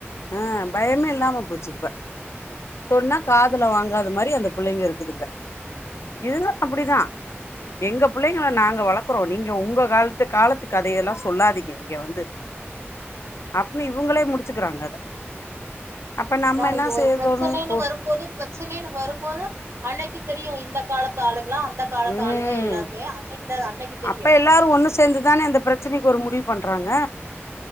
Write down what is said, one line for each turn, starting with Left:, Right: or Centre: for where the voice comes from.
Left: அ பயமே இல்லாம போச்சு இப்ப சொன்னா காதுல வாங்காத மாரி அந்த புள்ளைங்க இருக்குதுங்க இதுங்கப் அப்படிதா எங்க புள்ளைங்கள நாங்க வளக்குறோ நீங்க உங்க காலத்து காலத்து கதையெல்லா சொல்லாதீங்க இங்க வந்து அப்மே இவுங்களே முடிச்சுக்குறாங்க அத அப்ப நம்ம
Right: நாளக்கி
Left: என்ன செய்ய
Right: ஒரு ப்ரச்சனைன்னு
Left: தோணு போ
Right: வரும்போது ப்ரச்சனைன்னு வரும்போது அன்னைக்கி தெரியு இந்த காலத்து ஆளுங்லா அந் இந்த காலத்து
Left: ம்
Right: ஆளுங்க எல்லாமே அன்னைக்கி தா அன்னைக்கி தெரியு
Left: அப்ப எல்லாரு ஒண்ணு சேந்துதானே அந்த பிரச்சனைக்கு ஒரு முடிவு பண்றாங்க